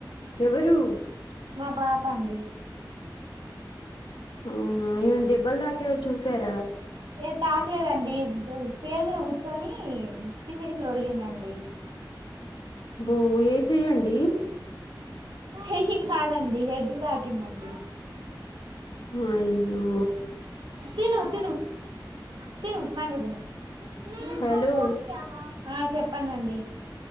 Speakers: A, on the left; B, on the right.
A: ఎవరు
B: అ పాప అండి
A: అవునా ఏ దెబ్బల దాకాే చూసార
B: ఏ తాక్లేదండి చీర మీద కూర్చొని కిందకిట్ల ఒరిగిందండి
A: బో ఏ చెయ్యండి
B: చెయ్యి కాదండి హెడ్ కి తాకిందండి
A: హాయి ఈ యో
B: తిను తిను తిను మ్యాంగో తిను మ్యాంగో
A: హలో
B: కోసి ఇవ్వవా ఆ చెప్పండండి